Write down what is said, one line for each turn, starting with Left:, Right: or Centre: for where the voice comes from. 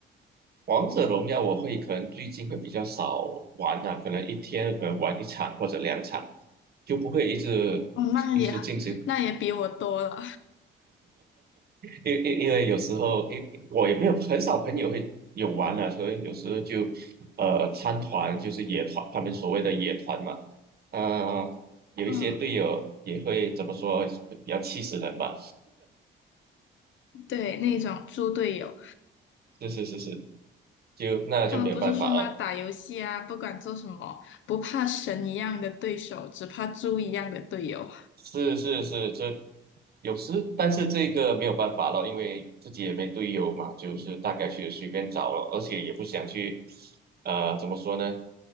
Right: 王者荣耀我会可能最近会比较少玩了、可能一天可能玩一场或者两场，就不会一直
Left: <laughs> 哦，那也
Right: 一直进行
Left: 那也比我多了。
Right: 因因因为有时候，因我也没有很少朋友会有玩啊，所以有时候就呃参团，就是野团，他们所谓的野团嘛。呃，有一些队友也会怎么说，
Left: 嗯，
Right: 比较气死人吧。
Left: 对，那种猪队友，
Right: 是是是是，就那就没有办法了。
Left: 他们不是说吗？打游戏啊，不管做什么，不怕神一样的对手，只怕猪一样的队友。
Right: 是是是，这有时，但是这个没有办法了，因为自己也没队友嘛，就是大概去随便找了，而且也不想去，呃，怎么说呢？